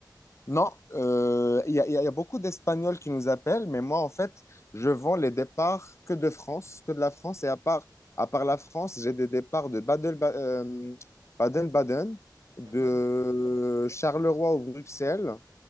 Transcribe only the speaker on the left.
Non, euh, il y a, il y a- il y a beaucoup d'Espagnols qui nous appellent, mais moi, en fait, je vends les départs que de France, que de la France. Et à part, à part la France, j'ai des départs de Badel- Ba- euh, Baden-Baden,
de
Charleroi ou Bruxelles,